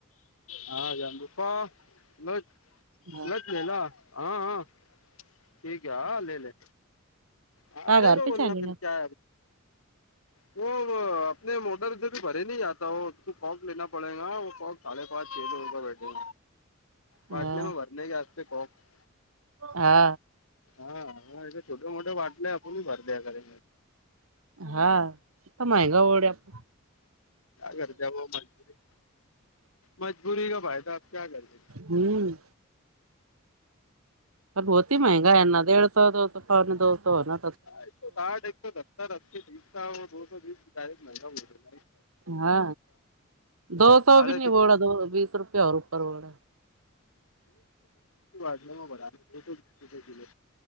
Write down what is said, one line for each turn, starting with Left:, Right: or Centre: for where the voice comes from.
Left: हा जते प ल
Right: हाँ
Left: ल लला हा हा ठीक आहे लले हा
Right: हज़ार
Left: ललो
Right: रुपये
Left: बोल
Right: चालीन
Left: ना मिरच्या व आपने मोटरचे त भरे नाही आता व त कॉपना पडेगा व कॉप पा े हो बठे बाटले
Right: हा
Left: म भरने केस्ते खॉक
Right: हा
Left: हा हा या छोटे मोठे वाटलंय आपणही भर द्या के
Right: हाता महगा ओढ्या आपण
Left: करते व मजबुरी मजबुरी का फायदा आप क करज
Right: हम्म अण होती महंगा आहे ना देडेड सो दोत पण दोतो ना
Left: ह साठ एक दत्र दो सो बीसय महंगा ब
Right: हा दो
Left: साढ़े
Right: सो भी नाही
Left: तीन
Right: बोड दो बीस रुपया होर उपर वोढ
Left: वाढले बरीस रुपे कले